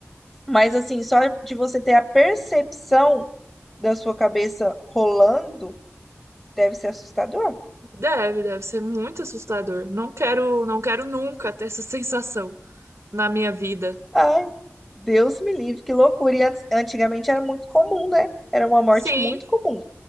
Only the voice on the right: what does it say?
Deve, deve ser muito assustador. Não quero, não quero nunca ter essa sensação na minha vida.
Sim,